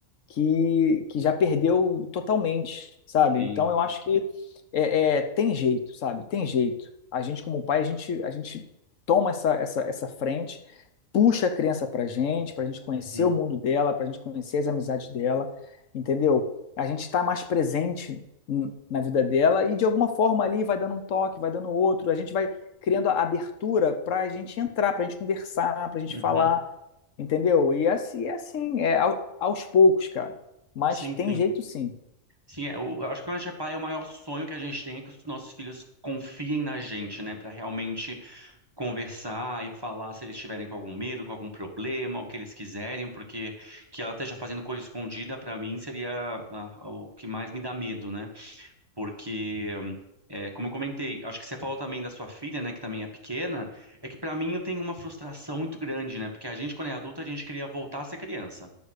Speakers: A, on the left; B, on the right.
A: que, que já perdeu totalmente, sabe?
B: sim,
A: Então eu acho que é, é, tem jeito, sabe? Tem jeito. A gente, como pai, a gente, a gente toma essa, essa, essa frente, puxa a criança pra gente, pra gente conhecer
B: uhum,
A: o mundo dela, pra gente conhecer as amizades dela, entendeu? A gente está mais presente n- na vida dela e de alguma forma ali vai dando um toque, vai dando outro, a gente vai criando a abertura pra gente entrar, pra gente conversar, pra gente
B: uhum,
A: falar. Entendeu? E assim, é assim, é ao- aos poucos, cara. Mas
B: sim,
A: tem
B: sim.
A: jeito sim.
B: Sim, é, o- eu acho que quando a gente é pai, o maior sonho que a gente tem é que os nossos filhos confiem na gente, né, Pra realmente conversar e falar se eles estiverem com algum medo, com algum problema, o que eles quiserem, porque que ela esteja fazendo coisa escondida pra mim seria ah, o que mais me dá medo, né? porque é, como eu comentei, acho que você falou também da sua filha, né, que também é pequena, é que para mim eu tenho uma frustração muito grande, né, porque a gente quando é adulta a gente queria voltar a ser criança,